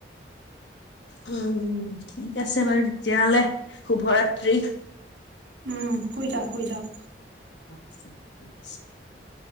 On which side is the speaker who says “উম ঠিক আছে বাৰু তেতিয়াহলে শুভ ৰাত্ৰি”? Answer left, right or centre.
Left